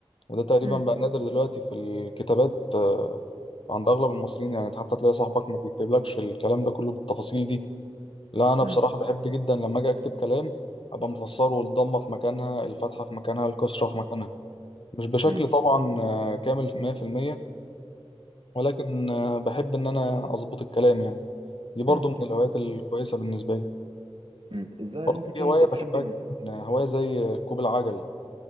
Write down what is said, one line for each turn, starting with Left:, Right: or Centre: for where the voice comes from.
Left: وده تقريبا
Right: امم
Left: بقى نادر دلوقتي في الكتابات آه، عند اغلب المصريين يعني حتى تلاقي صاحبك ما بيكتبلكش الكلام ده كله بالتفاصيل دي لا انا
Right: امم
Left: بصراحة بحب جدا لما اجي اكتب كلام ابقى مفسره الضمة في مكانها الفتحة في مكانها الكسرة في مكانها مش بشكل
Right: امم
Left: طبعا آه، كامل 100% ولكن آه، بحب إن أنا أظبط الكلام يعني دي برضو
Right: امم
Left: من الهوايات الكويسة بالنسبة لي
Right: مم. الظاهر
Left: برضو
Right: انت كده
Left: في هواية
Right: بتحب
Left: بحبها
Right: ال
Left: جدا آه، هواية زي ركوب العجل